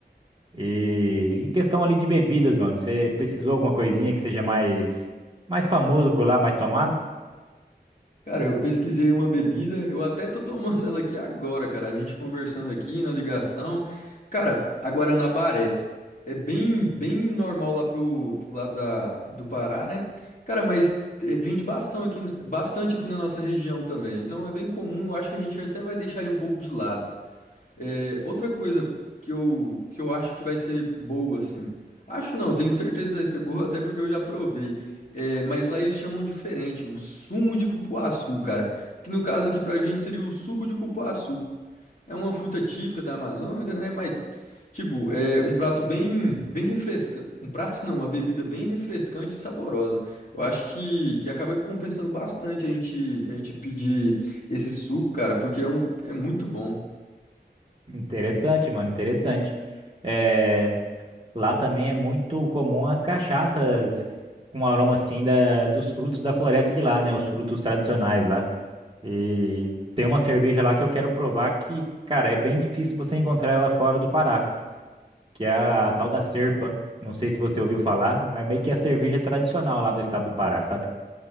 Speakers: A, on the right; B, on the left.
A: E, e questão ali de bebidas, mano. Você precisou alguma coisinha que seja mais mais famoso por lá, mais tomado?
B: Cara, eu pesquisei uma bebida, eu até tô tomando ela aqui agora, cara. A gente conversando aqui na ligação. Cara, a Guaranabaré é bem, bem normal lá pro, pro lado da, do Pará, né? Cara, mas eh, vende bastante aqui, bastante aqui na nossa região também. Então é bem comum, eu acho que a gente até vai deixar ele um pouco de lado. É, outra coisa que eu, que eu acho que vai ser boa, assim. Acho não, tenho certeza que vai ser boa, <laughs> até porque eu já provei. É, mas lá eles chamam diferente, o sumo de cupuaçu, cara. Que no caso aqui pra gente seria o suco de cupuaçu. É uma fruta típica da Amazônia, né? Mas, tipo, é um prato bem, bem refrescante. Um prato não, uma bebida bem refrescante e saborosa. Eu acho que, que acaba compensando bastante a gente, a gente pedir esse suco, cara, porque é, um, é muito bom.
A: Interessante, mano, interessante. É, lá também é muito comum as cachaças com aroma assim da, dos frutos da floresta de lá, né? Os frutos tradicionais lá. E tem uma cerveja lá que eu quero provar que, cara, é bem difícil você encontrar ela fora do Pará, que é a tal da Serpa. Não sei se você ouviu falar, mas meio que é a cerveja tradicional lá do estado do Pará, sabe?